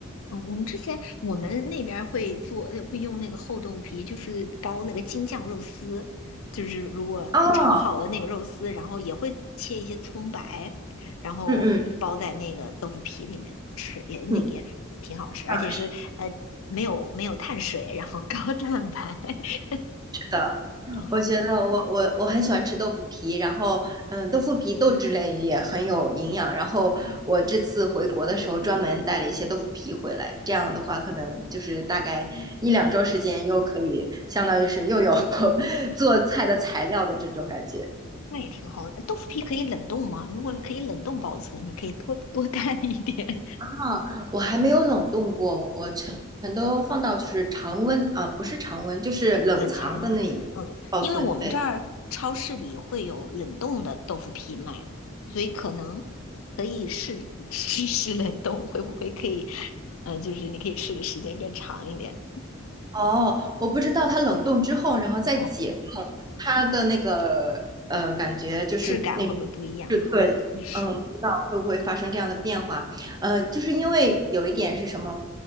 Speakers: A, on the left (about 75°); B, on the right (about 20°).
A: 嗯，我们之前我们那边儿会做，呃会用那个厚豆皮，就是包那个京酱肉丝，就是如果炒好了那个肉丝，
B: 哦，
A: 然后也会切一些葱白，然后一包在那个豆腐皮里面吃，
B: 嗯嗯
A: 也那个也是挺好吃，
B: 嗯，啊是。
A: 而且是呃没有没有碳水，然后 <laughs> 高蛋白，<laughs>
B: 的，
A: 挺好的，
B: 我觉得我我我很喜欢吃豆腐皮，然后嗯，豆腐皮豆制类也很有营养，然后我这次回国的时候专门带了一些豆腐皮回来，这样的话可能就是大概一两周时间又可以相当于是又有 <laughs> 做菜的材料的这种感觉。
A: 那也挺好的。豆腐皮可以冷冻吗？如果可以冷冻保存，你可以多多 <laughs> 带一点。
B: 啊，我还没有冷冻过，我全全都放到就是常温啊，不是常温，就是冷藏的那里保存，
A: 冷藏，嗯，因为我们这儿超市里会有冷冻的豆腐皮卖，
B: 对。
A: 所以可能可以试 <laughs> 试试冷冻，会不会可以？呃，就是你可以吃的时间更长一点，
B: 哦，我不知道它冷冻之后，然后再解冻，
A: 哦，
B: 它的那个呃，感觉就是那，
A: 质感会不会不一样？
B: 就对，
A: 哈，也是，
B: 嗯，不知道会不会发生这样的变化。呃，就是因为有一点是什么，